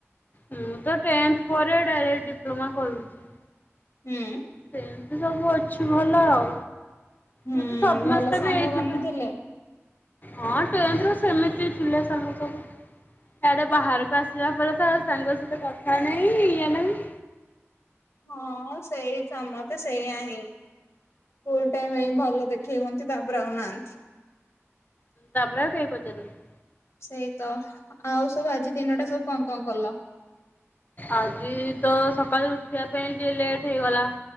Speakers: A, on the left (about 40°); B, on the left (about 70°).
A: ମୁଁ ତ ଟେନ୍ଥ ପରେ ଡାଇରେକ୍ଟ ଡିପ୍ଲୋମା କରଛି।
B: ହୁଁ।
A: ସେମିତି ସବୁ ଅଛି ଭଲ ଆଉ
B: ହୁଁ
A: ମତେ ସମସ୍ତେ
B: ଭଲ ସାଙ୍ଗ
A: ବି ହେଇ <unintelligible>
B: ବନିଥିଲେ
A: ହଁ ଟୁୱାଭେଲ ରେ ସେମିତି <unintelligible> ଥିଲେ ସବୁ। ଆଡେ ବାହାରକୁ ଆସିବା ପରେ ତ ସାଙ୍ଗ ସହିତ କଥା ନାହିଁ ଇଏ ନାହିଁ।
B: ହଁ ସେଇ ତ ସମସ୍ତେ ସେଇା ହଁ। ସ୍କୁଲ ଟାଇମ ପାଇଁ ଭଲ ଦେଖେଇ ହୁଅନ୍ତି ତାପରେ ଆଉନାହାନ୍ତି।
A: ତାପରେ ଆଉ କେହି ପଚାରୁନାହାନ୍ତି।
B: ସେଇତ ଆଉ ସବୁ ଆଜି ଦିନ ଟା ସବୁ କଣ କଣ କଲ?
A: ଆଜି ତ ସକାଳୁ ଉଠିବା ପାଇଁ ଟିକେ ଲେଟ୍ ହେଇଗଲା।